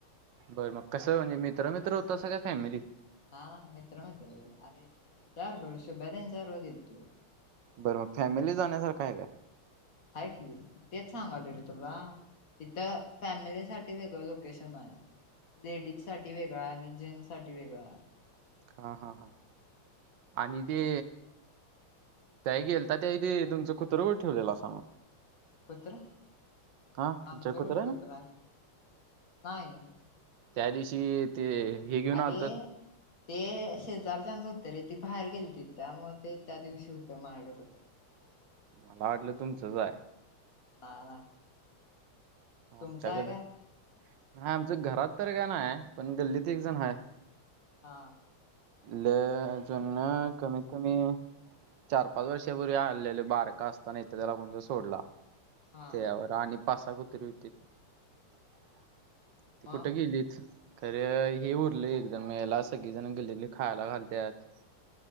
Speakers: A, on the right; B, on the left.
A: बर मग कसं म्हणजे मित्र-मित्र हुतासा काय फॅमिली?
B: हा मित्र-मित्र रे अरे चार भरस. शुभ्या तेंच्या बरोबर गेलतो.
A: बरं मग फॅमिली जाण्यासारखं हाय काय?
B: आहे की तेच सांगालोय रे तुला. तिथं फॅमिली साठी वेगळं लोकेशन हाय. लेडीज साठी वेगळा आणि जें्स साठी वेगळा
A: हा हा हा आणि
B: जर
A: ते त्याही गेल तर त्या ते तुमचं कुत्र गर ठेवलेला असा मग
B: कुत्र
A: हा
B: आमचं
A: आमच्या कुत्र्यानं?
B: कुठं कुत्र नाही
A: त्या दिवशी ते हे घेऊन
B: अरे
A: आलत
B: ते शेजारच्याचं होतं रे ती बाहेर गेली त त्या मग ते त्या दिवशी होतं मडकत्र ह
A: मला वाटलं तुमचंचय
B: द
A: आमच्याकडं
B: तुमचं आहे का
A: नाही आमचं घरात तर का नाही आहे पण गल्लीत एक जण आहे
B: हा
A: लजना कमीत कमी चार पाच वर्षापूर्वी हललेले बारका असताना इथ त्याला म्हण सोडला
B: हा
A: त्यावर आणि पासा कोुतरी होती तेी
B: मग
A: कुठं गेलीत खरे हे उरलं एक जण मिळायला सगळी जण गेलेली खायला घालतत